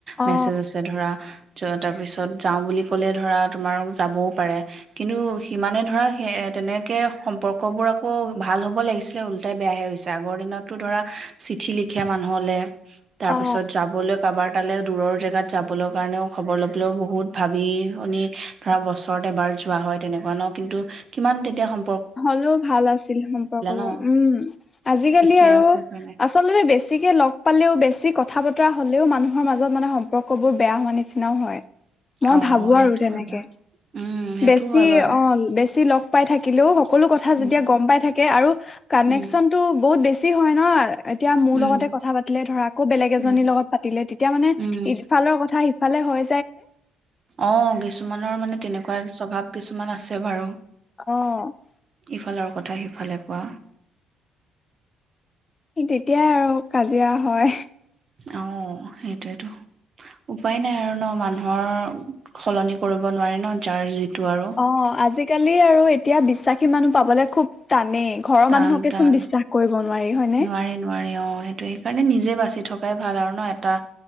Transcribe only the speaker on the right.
মেছেজ
আছে ধৰা য'ত তাৰপিছত যাওঁ বুলি ক'লে ধৰা তোমাৰ যাবও পাৰে কিন্তু সিমানে ধৰা হে তেনেকৈ সম্পৰ্কবোৰ আকৌ ভাল হ'ব লাগিছিলে ওল্টাই বেয়াহে হৈছে আগৰ দিনততো ধৰা চিঠি লিখে মানুহলে তাৰ
পিছত যাবলৈ কাৰোবাৰ তালৈ দূৰৰ জেগাত যাবলৈ কাৰণেও খবৰ লবলেও বহুত ভাবি শুনি ধৰা বছৰত এবাৰ যোৱা হয় তেনেকুৱা ন কিন্তু কিমান তেতিয়া সম
ন
এতিয়া
আকৌ যোৱা নাই
অ
সেইটো
হয় বাৰু উম সেইটোও
হয় বাৰু
উম
উম
উম
উম
উম
অ কিছুমানৰ মানে তেনেকুৱা স্বভাৱ কিছু কিছুমান আছে বাৰু
ইফালৰ কথা সিফালে কোৱা
অ সেইটোয়েটো উপায় নাই আৰু ন, মানুহৰ সলনি কৰিব নোৱাৰি ন যাৰ যিটো- আৰু
টান-
টান।
নোৱাৰি নোৱাৰি ।অ' সেইটো সেইকাৰণে নিজে বাচি থকাই ভাল আৰু ন? এটা